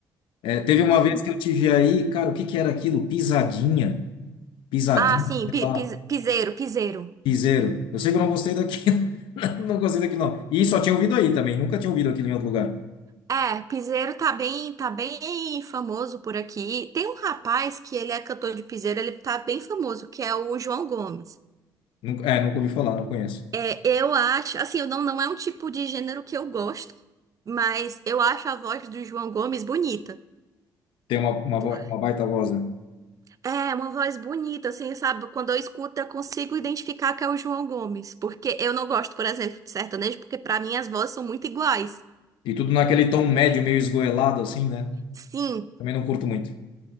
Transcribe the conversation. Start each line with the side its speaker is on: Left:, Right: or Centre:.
Left: É, teve uma
Right: Uhum.
Left: vez que eu tive aí, cara, o que que era aquilo? Pisadinha. Pisadinha,
Right: Ah, sim,
Left: sei
Right: pi,
Left: lá,
Right: pis- piseiro, piseiro.
Left: piseiro. Eu sei que eu não gostei daquilo, <laughs> não gostei daquilo, não. E só tinha ouvido aí também, nunca tinha ouvido aquilo em outro lugar.
Right: É, piseiro tá bem, tá bem famoso por aqui. Tem um rapaz que ele é cantor de piseiro, ele tá bem famoso, que é o João Gomes.
Left: Nunca- é, nunca ouvi falar, não conheço.
Right: É, eu acho, assim, eu não, não é um tipo de gênero que eu gosto, mas eu acho a voz do João Gomes bonita.
Left: Tem uma, uma,
Right: Por-
Left: vo- uma baita voz, né?
Right: É, uma voz bonita, assim, sabe? Quando eu escuto, eu consigo identificar que é o João Gomes, porque eu não gosto, por exemplo, de sertanejo, porque pra mim as vozes são muito iguais.
Left: E tudo naquele tom médio, meio esgoelado, assim, né?
Right: Sim.
Left: Também não curto muito.